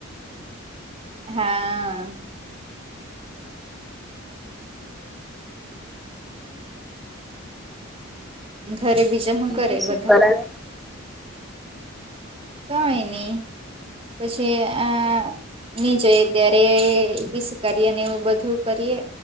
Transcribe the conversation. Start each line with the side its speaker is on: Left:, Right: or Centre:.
Right: હા. ઘરે બીજા હું
Centre: બીજું
Right: કરે
Centre: શું
Right: બધા?
Centre: કરાવે
Right: કઈ ની પછી આ ની જોયે, ત્યારે એપીસી કાર્ય ને, એવું બધું કરીએ.